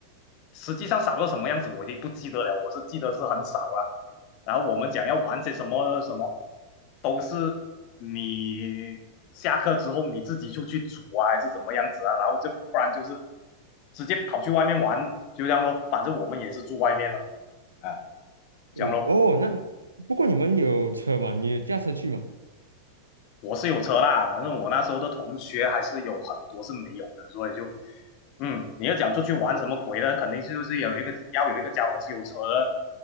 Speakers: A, on the left; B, on the right.
A: 实际上少到什么样子我已经不记得了，我是记得是很少了。然后我们讲要玩些什么呢？什么都是你下课之后你自己出去煮啊，还是怎么样子啊？然后就不然就是直接跑去外面玩，就这样咯。反正我们也是住外面了，啊，
B: 对，
A: 这样咯。
B: 哦，那不过你们有车嘛？你有驾车去嘛？
A: 我是有车啦，那我那时候的同学还是有很多是没有的，所以就，嗯，你要讲出去玩什么鬼呢？肯定就是有一个要有一个家伙是有车的